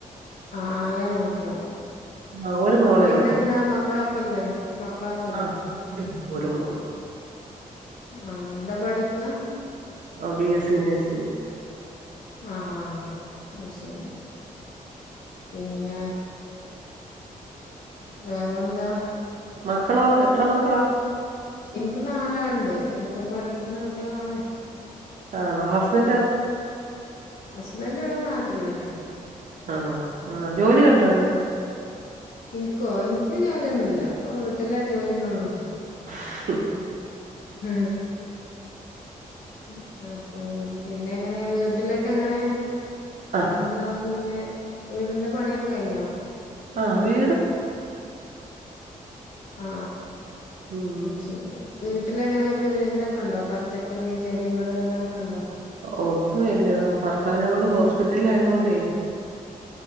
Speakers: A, on the left; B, on the right.
A: ആ ആ ഞാൻ നോക്കിയോള.
B: ആ ഒരു മോളേ
A: പിന്നെന്താ
B: ഉള്ളൂ
A: മക്കളൊക്കെല്ലേ മക്കളൊക്കെല്ലേ?
B: ആ ഒരു ഒരു മോളും.
A: ആ എന്താ പഠിക്ക?
B: ഓ ബി എസി നെസിങ്.
A: ആ ആ അഹ് ശെരി പിന്നെ വേറെ എന്താ
B: മക്കളോ എത്രേ മക്കളാ
A: ഇൻക്ക് നാലാണ്ട് ഓലൊക്കെ പടിക്ക്ണ കുട്ടിയാളാണ്.
B: ആ വാ ഹുസ്ബന്റോ?
A: ഹസ്ബൻഡ് ഇവടെ നാട്ടിലെന്നെ.
B: ആണോ ആ ജോലിയുണ്ടോ?
A: ഇൻക്കോ ഇൻക്ക് ജോലിയൊന്നുല്ല അവീട്ടിലെ ജോലിയെന്നൊള്ളു.
B: ഹ് മം
A: ഹ് മം അപ്പൊ പിന്നെ. എങ്ങനെ വീട്ടിലൊക്കെ എങ്ങനെ
B: ആ
A: എന്താ പിന്നെ. വീടിന്റെ പണിയൊക്കെ കഴിഞ്ഞോ?
B: ആ വീ
A: ആ
B: ഉം
A: അഹ് ശെരി. വീട്ടിലെങ്ങനെ കൃ തൊക്കെണ്ടോ പച്ചക്കറി ചെടികൾ അങ്ങനെ ഒക്കെണ്ടോ?
B: ഒന്നുല്ല ഭർത്താവിനെ കൊണ്ട് ഹോസ്പിറ്റലിൽ ആയതോണ്ടേ.